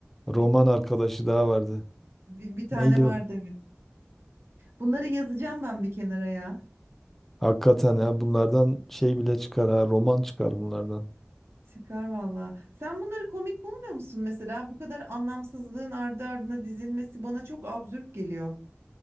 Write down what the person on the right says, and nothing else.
Bir,
bir, bir tane
vardı
evet. Bunları yazacağım ben bir kenara ya.
Çıkar valla. Sen bunları komik bulmuyor musun mesela? Bu kadar anlamsızlığın ardı ardına dizilmesi bana çok absürt geliyor.